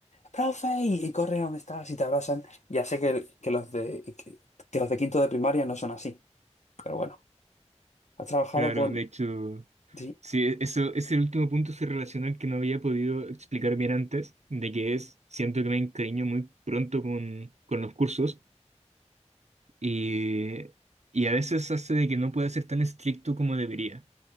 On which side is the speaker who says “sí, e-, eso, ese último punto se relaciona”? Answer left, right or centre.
Right